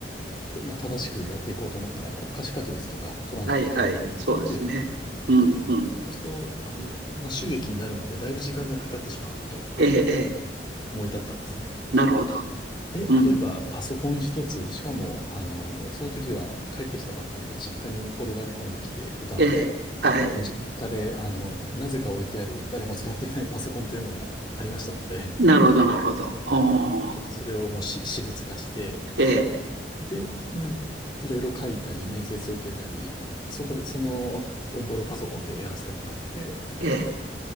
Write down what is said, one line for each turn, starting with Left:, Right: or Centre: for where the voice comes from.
Left: まあ、正しくやっていこうと思ったら、国家資格ですとか、取らないといけない部分かなというところもあったので、
Right: はいはい。そうですね。うんうん。
Left: そうすると、あの、まあ、収益になるまでだいぶ時間がかかってしまうなと
Right: ええ、ええ。
Left: 思い立ったんですね。
Right: なるほど。
Left: であれば、
Right: うん。
Left: パソコン一つ、しかも、あの、その時は帰ってきたばっかりで実家に転がり込んできていたので、
Right: ええ。はい。
Left: まあ、実家で、あの、なぜか置いてある誰も使っていないパソコンというのがありましたので、
Right: なるほど、なるほど。おー。
Left: <laughs> ちょっとそれをもうし私物化して、
Right: ええ、
Left: で、なん、いろいろ書いたり、面接を受けたり、そこで、その、オンボロパソコンでやらせてもらって、
Right: ええ。